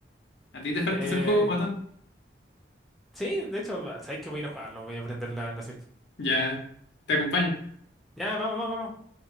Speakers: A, on the left (about 75°); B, in the centre.
A: ¿A ti te falta
B: Eh,
A: ese juego, guatón?
B: Sí, de hecho, sabéis que voy a ir a jugarlo, voy a aprender la, la Switch.
A: Ya, te acompaño.
B: Ya, vamos, vamos, vamos.